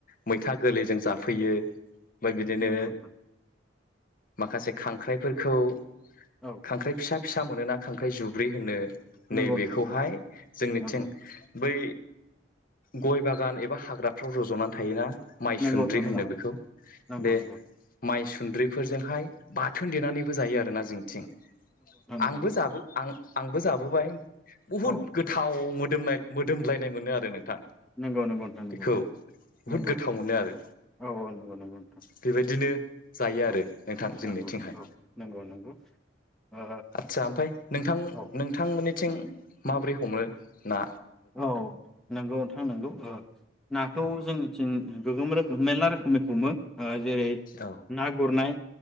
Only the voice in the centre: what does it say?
नंगौ नोंथां
औ
नंगौ नोंथां नंगौ
नंगौ
नंगौ
नोंथां
नंगौ
नंगौ
नंगौ
नंगौ नंगौ नोंथां नंगौ
औ
नंगौ नंगौ नोंथां नगौ
नंगौ
औ औ नंगौ नंगौ नोंथां
औ
नंगौ औ नंगौ नंगौ ओ
औ
औ नंगौ नोंथाङा नंगौ औ नाखौ
जोंनिथिं गोगोम रोखोम मेरला रोखोमनि हमो। जेरै
ना गुरनाय